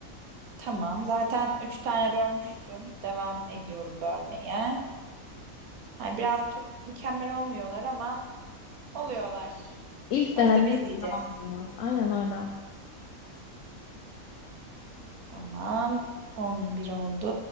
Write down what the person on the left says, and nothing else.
İlk
denemenin
yağ olmaz. Aynen öyle.